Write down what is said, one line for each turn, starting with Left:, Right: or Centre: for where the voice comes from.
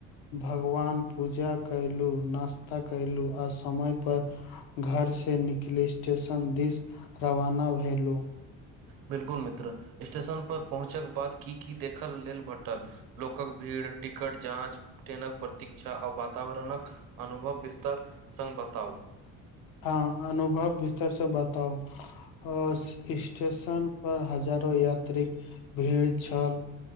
Left: भगवान पूजा कयलू नास्ता कयलू आ समय पर घर से निकले स्टेशन दिस रवाना भेलू
Right: बिल्कुल मित्र स्टेशनपर पहुँचक बाद की की देखल लेल भेटल लोकक भीड़ टिकट जाँच ट्रेनक प्रतीक्षा आ वातावरणक अनुभव विस्तार सङ्ग बताउ
Left: हँ अनुभव विस्तार से बताउ अ स्टेशन पर हजारो यात्री भीड़ छल